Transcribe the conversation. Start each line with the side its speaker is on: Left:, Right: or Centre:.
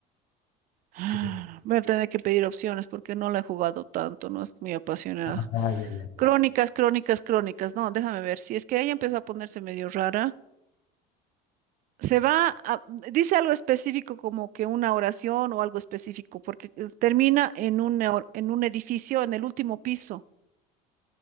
Right: Ah,
Left: Sí.
Right: Voy a tener que pedir opciones porque no la he jugado tanto, no es muy apasionada.
Left: Ah, ya, ya.
Right: Crónicas, crónicas, crónicas. No, déjame ver. Si es que ella empezó a ponerse medio rara. Se va a- dice algo específico como que una oración o algo específico, porque eh, termina en un, or- en un edificio en el último piso.